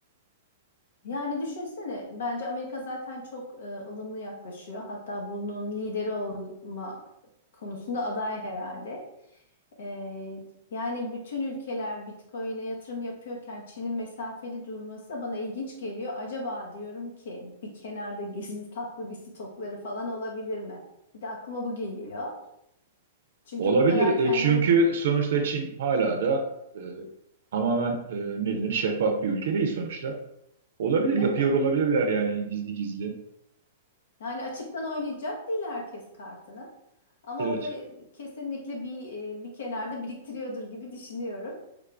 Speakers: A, on the left; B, on the right.
A: Yani düşünsene bence Amerika zaten çok e, ılımlı yaklaşıyor. Hatta bunun lideri olma konusunda aday herhalde. E, yani bütün ülkeler Bitcoin'e yatırım yapıyorken Çin'in mesafeli durması da bana ilginç geliyor. Acaba diyorum ki bir kenarda gizli taklı bir stokları falan olabilir mi? Bir de aklıma bu geliyor. Çünkü
B: Olabilir.
A: bu kadar
B: E,
A: kendilerini...
B: çünkü sonuçta Çin hala da e, tamamen e, ne denir şeffaf bir ülke değil sonuçta. Olabilir.
A: Tabii.
B: Yapıyor olabilirler yani gizli gizli.
A: Yani açıktan oynayacak değil herkes kartını. Ama
B: Evet.
A: o da kesinlikle bir e, bir kenarda biriktiriyordur gibi düşünüyorum.